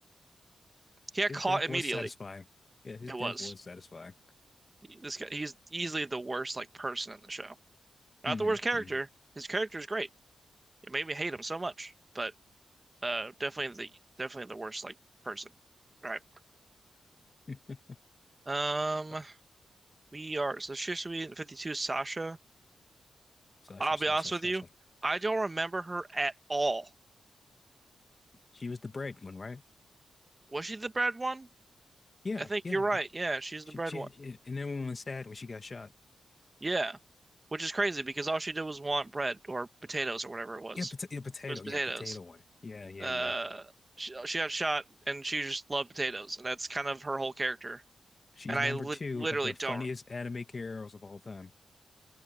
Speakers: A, on the right; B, on the left.
A: He got
B: his
A: caught
B: death
A: immediately.
B: was satisfying. Yeah, his
A: It
B: death
A: was.
B: was satisfying.
A: He- This guy, he's easily the worst like person in the show. Not
B: Mm-hmm.
A: the worst character. His character is great. It made me hate him so much, but uh, definitely the definitely the worst like person. All right.
B: <laughs>
A: Um,
B: Uh,
A: we are so Shisui and 52 Sasha.
B: Sasha,
A: I'll be
B: Sasha,
A: honest with you,
B: Sasha.
A: I don't remember her at all.
B: She was the bread one, right?
A: Was she the bread one?
B: Yeah,
A: I think
B: yeah.
A: you're right. Yeah, she's
B: She,
A: the bread
B: she,
A: one.
B: she, and everyone was sad when she got shot.
A: Yeah, which is crazy because all she did was want bread or potatoes or whatever it was.
B: Yeah, pota yeah, potato.
A: It was potatoes.
B: Yeah, potato one. Yeah, yeah,
A: uh
B: yeah.
A: she, she got shot and she just loved potatoes and that's kind of her whole character
B: She's
A: and
B: number
A: I li
B: two
A: literally
B: of the funniest
A: don't
B: anime characters of all time.